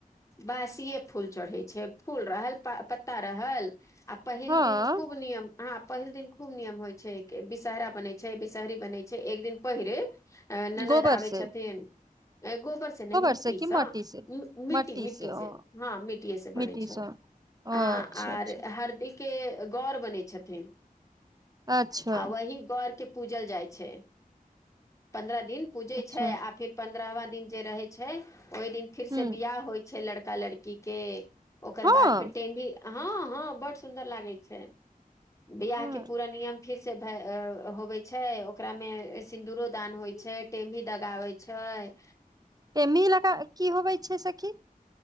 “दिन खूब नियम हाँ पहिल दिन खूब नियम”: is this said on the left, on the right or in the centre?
Left